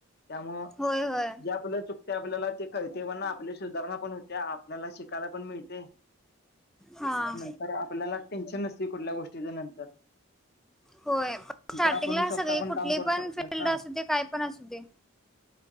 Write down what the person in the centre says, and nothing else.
होय, होय.
हां.
होय पण
स्टार्टिंगला
सगळी
कुठली
पण
फिल्ड
असू दे काय पण असू दे